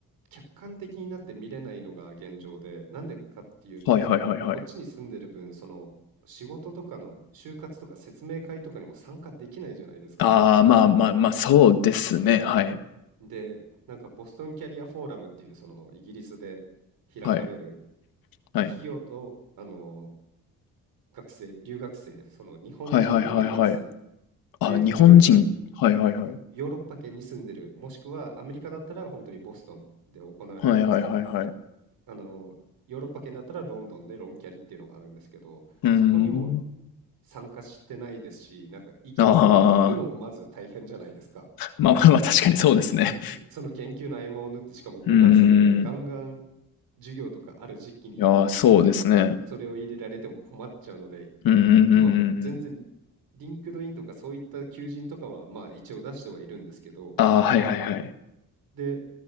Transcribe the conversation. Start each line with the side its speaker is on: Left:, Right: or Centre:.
Right: 客観的になって見れないのが現状で、なんでかっていうと、
Left: はいはいはいはいはい。
Right: その、こっちに住んでる分、その、仕事とかの就活とか説明会とかにも参加できないじゃないですか。
Left: ああ、
Right: ま、
Left: まあまあまあ、そうですね。はい。
Right: で、なんかボストンキャリアフォーラムっていう、その、イギリスで開かれる
Left: はい。はい。
Right: 企業と、あの、学生、留学生、その日本人の留学生
Left: はいはいはいはい。あ、
Right: で海外に
Left: 日本人。はいはいはい。
Right: ヨーロッパ圏に住んでる、もしくはアメリカだったら本当にボストンで行われるんですけど、
Left: はいはいはいはい。う
Right: あの、ヨーロッパ圏だったらロンドンでロンキャリっていうのがあるんですけど、
Left: ーん。
Right: そこにも参加してないですし、なんかイギリスまで行くのもまず大変じゃないですか。
Left: ああ、まあまあまあ、確かにそうですね。
Right: その研究の合間を縫って、しかも5月とかでガンガン
Left: うんん
Right: 授業とかある時期に
Left: いやー、そうですね。
Right: それを入れられても困っちゃうので、
Left: うんうんうんうんうん。
Right: 今全然リンクドインとかそういった求人とかはまあ一応出してはいるんですけど、
Left: ああ、はいはいはい。
Right: で、